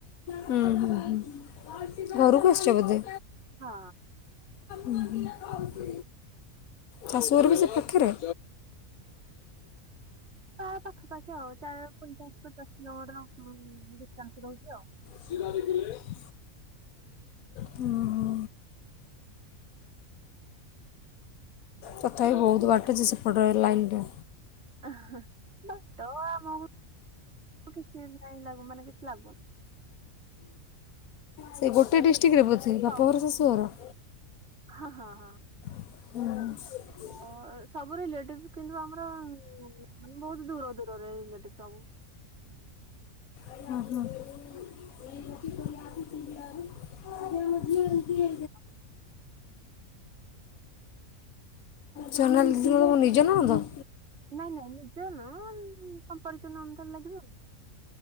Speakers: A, on the left; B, on the right.
A: ହଁ ହ ହ ଘରକୁ ଆସିଛ ବଧେ?
B: ହଁ।
A: ହୁଁ ହୁଁ। ଶାଶୁ ଘର ବି ସେ ପାଖେରେ?
B: ପ୍ରାୟେ ପାଖ ପାାଖି ଆଉ ଚାରି ରୁ ପଚାଶ ପଚାଶ କିଲୋମିଟର ଡିଷ୍ଟାନ୍ସ ରହୁଛି ଆଉ।
A: <unintelligible> ହୁଁ। ତଥାପି ବହୁତ ବାଟ ଯେ ସେପଟ ଲାଇନଟା।
B: ଆଁ ହାଁ ବାଟ ଆମକୁ କିଛି ନାଇଁ ଲାଗୁ ମାନେ କିଛି ଲାଗୁ
A: ସେଇ ଗୋଟେ ଡିଷ୍ଟିକ୍ ରେ ବୋଧେ
B: ସବୁ
A: ବାପଘର ଶାଶୁଘର?
B: ହଁ ହଁ ହଁ।
A: ହୁଁ।
B: ମୋ ସବୁ ରିଲେଟିଭ କିନ୍ତୁ ଆମର <unintelligible> ବହୁତ ଦୂର ଦୂରରେ ରିଲେଟିଭ ସବୁ।
A: ଓ ହୋ।
B: <inaudible>
A: ସୋନାଲି ଦିଦି କଣ ତମ ନିଜ ନଣନ୍ଦ?
B: ନାଇଁ ନାଇଁ ନିଜ ନ ଉଁ ସମ୍ପର୍କୀୟ ନଣନ୍ଦ ଲାଗିବ ଆଉ।